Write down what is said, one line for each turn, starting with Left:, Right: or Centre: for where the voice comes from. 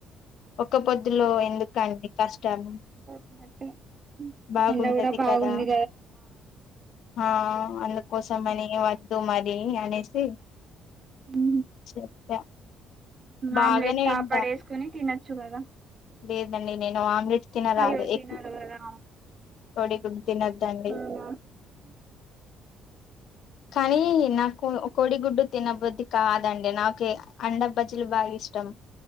Left: ఒక్క పొద్దులో ఎందుకండి కష్టాలు
Right: కరెక్టే
Left: బాగుంటది
Right: ఎండ కూడా బాగుంది
Left: కదా ఆ అందుకో కోసమని వద్దు మరి అనేసి
Right: ఉ
Left: చెప్పా బాగానే
Right: ఆమ్లెట్ కాపాడ
Left: వింటా
Right: వేసుకొని తినొచ్చు కదా
Left: లేదండి నేను ఆమ్లెట్ తినరాదు
Right: అయ్యో తినరు
Left: ఎగ్
Right: కదా
Left: కోడిగుడ్డు తినద్దండి
Right: అవునా
Left: కానీ నాకు కోడిగుడ్డు తినబుద్ది కాదండి నాకు అండ బజలు బాగా ఇష్టం మోత్తం